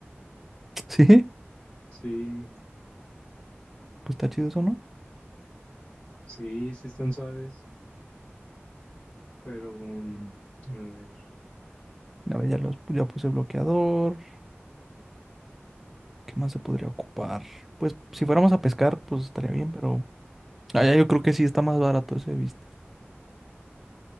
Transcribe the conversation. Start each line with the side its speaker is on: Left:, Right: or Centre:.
Centre: Sí, pues
Left: Sí,
Centre: está chido eso, ¿no?
Left: sí, sí están suaves. Pero, mm, a ver.
Centre: A ver, ya, los, ya puse bloqueador. ¿Qué más se podría ocupar? Pues si fuéramos a pescar, pues estaría bien, pero allá yo creo que sí está más barato ese business.